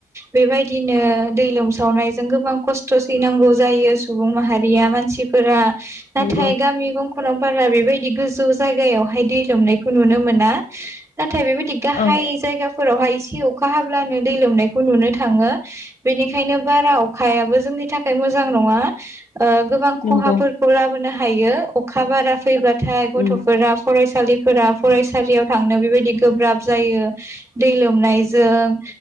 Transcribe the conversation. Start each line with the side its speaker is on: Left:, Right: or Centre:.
Right: बेबायदिनो दै लोमसावनायजों गोबां खस्थ' खस्थ' सैनांगौ जायो सुबुं माहारिया मानसि फोरा नाथाय
Left: नंगौ
Right: <unintelligible> बारा बेबायदि गोजौ जायगायावहाय दै लोमनायखौ नुनो मो ला नाथाय बेबायदि गाहाय
Left: औ
Right: जायगाफोरावहाय एसे अखा हाब्लानो दै लोमनायखौ नुनो थाङो। बेनिखायनो, बारा अखायाबो जोंनि थाखाय मोजां नङा। ओ गोबां
Left: नंगौ
Right: खहाफोरखौ लाबोनो अखा बारा फैबाथाय गथ'फोरा
Left: उम
Right: फरायसालि फोरा फरायसालियाव थांनो बेबायदि गोब्राब जायो, दै लोमनाय जों